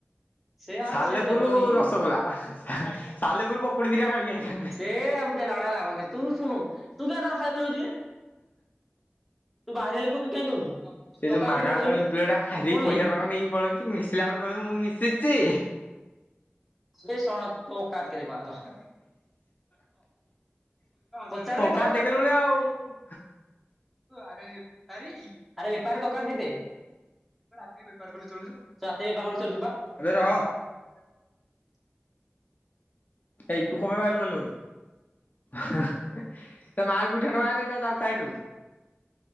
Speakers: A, in the centre; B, on the left.
A: ସେ ଆଉ
B: ସାଲେପୁର
A: ସେ ଦେବନି
B: ରସଗୋଲା। ସାଲେପୁରୁ ପକୁଡ଼ି ଦିଟା ଖାଇକି ଆଇଥାନ୍ତେ।
A: ଏ ଦେଲା ଭଳିଆ ଲାଗୁନି ତୁ ଶୁଣୁ ତୁ କିଆଁ ତାର ଖାଇ ବୁଲଉଛୁ କିରେ। ତୁ ବାହାରିଆ ଲୋକ ତୁ କାଇଁ ଦଉଛୁ
B: ସେ
A: ତକାତ
B: ଯୋଉ ମାଗାଣ
A: କେତେ କହିଲୁ
B: ତ ଇମ୍ପ୍ଲଟା ଖାଇ ଦେଇ
A: ଶୁଣ
B: କି
A: ଭାଇ
B: ପଇସା ତଙ୍କ ନେଇକି ପଳଉଛି। ମିଶିଲା ବେଳେ କହିବୁ ମୁଁ ମିଶିଚି।
A: ବେ ଶଣ ତ ଅକାତ କେତେ କହ ଆଗ। ପଚାରିବେ
B: ଓକାତ
A: ତୋ
B: ଦେଖିଲୁଣି ଆଉ।
A: ଆରେ ବେପାରୀ ଆରେ ବେପାରୀ ତ ଅକାତ କେତେ? ରାତିରେ ବେପାର କଲେ ଚଳୁଚୁ ରାତିରେ ବେପାର କଲେ ଚଳୁଚୁୁ ବା।
B: ଆବେ ରହ।
A: <inaudible>
B: ଏଇ ତୁ କଣ ପାଇଁ ବାଲୁ ବାଲୁ ହଉଚୁ ହଁ ତା ମାରେ ଗୋଇଠା ଟେ ମାରେ ତାକୁ ସାଇଡ ରୁ